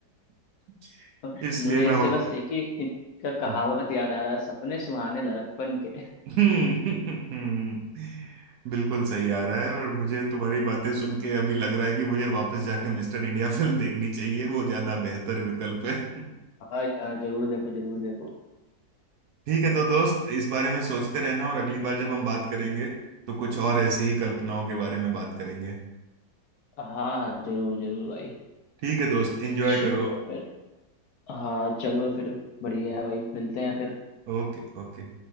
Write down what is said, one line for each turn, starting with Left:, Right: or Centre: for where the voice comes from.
Right: <laughs>
Left: <laughs>
Right: इसलिए
Left: मुझे
Right: मैं
Left: इससे बस एक ही का कहावत
Right: वा-
Left: याद आ रहा है सपने सुहाने लड़कपन के
Right: हम्म <laughs> बिल्कुल सही आ रहा है और मुझे तुम्हारी बातें सुन के अभी लग रहा है कि मुझे वापस जाकर मिस्टर इंडिया फिल्म देखनी चाहिए वो ज्यादा बेहतर विकल्प है <laughs>
Left: हाँ यार जरूर देखो जरूर देखो
Right: ठीक है तो दोस्त इस बारे में सोचते रहना और अगली बार जब हम बात करेंगे तो कुछ और ऐसी ही कल्पनाओं के बारे में बात करेंगे
Left: हाँ हाँ जरूर जरूर भाई
Right: ठीक है दोस्त एंजॉय
Left: चलो
Right: करो
Left: फिर हाँ चलो फिर बढ़िया है भाई मिलते हैं फिर
Right: Okay okay